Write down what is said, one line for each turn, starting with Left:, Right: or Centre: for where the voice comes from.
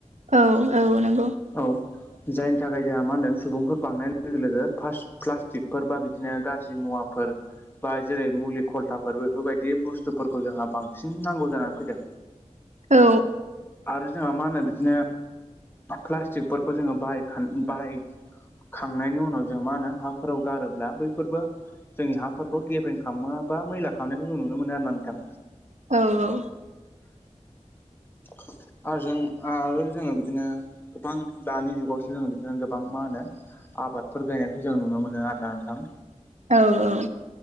Right: औ औ नोंगौ
Left: औ जायनि थाखाय जोंहा मा होनदों सुबुंफोर बांनाय लोगो लोगो फास प्लास्टिकफोर बा बिदिनो गाज्रि मुवाफोर
Right: औ
Left: बा जेरै मुलि खलथाफोर बेफोरबायदि बुस्थुफोरखौ जोंहा बांसिन नांगौ जानानै फैदों
Right: औ
Left: आरो जोंहा मा होनो बिदिनो प्लास्टिकफोरखौ जोङो बाइक <unintelligible> बाहाय खांनायनि उनाव जों मा होनो हाफोराव गारोब्ला बैफोरबो जोंनि हाफोरखौ गेबेें हाम बा मैला खालामनायखौ जों नुनो मोनो आर ना नोंथां
Right: औ औ
Left: <inaudible> आरो जों आरो जोङो बिदिनो गोबां दानि जुगावसो जो बिदिनो गोबां मा होनो आबादफोर गायनायखौ जों नुनो मोनो आदा नोंथां
Right: औ औ